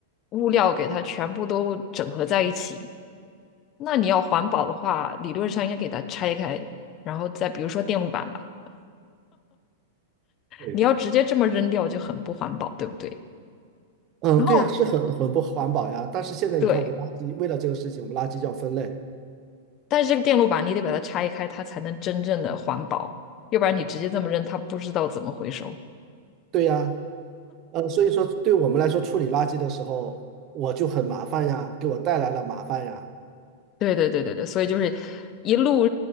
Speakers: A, on the left; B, on the right.
A: 物料给它全部都整合在一起。那你要环保的话，理论上应该给它拆开，然后再比如说电路板吧，
B: 对，
A: 你要直接这么扔掉就很不环保，对不对？
B: 嗯，
A: 然后。
B: 对呀，是很很不环保呀。但是现在你看，
A: 对。
B: 我们垃圾为了这个事情，我们垃圾就要分类。
A: 但是这个电路板你得把它拆开，它才能真正的环保，要不然你直接这么扔，它不知道怎么回收。
B: 对呀，呃，所以说对我们来说，处理垃圾的时候我就很麻烦呀，给我带来了麻烦呀。
A: 对对对对对，所以就是一路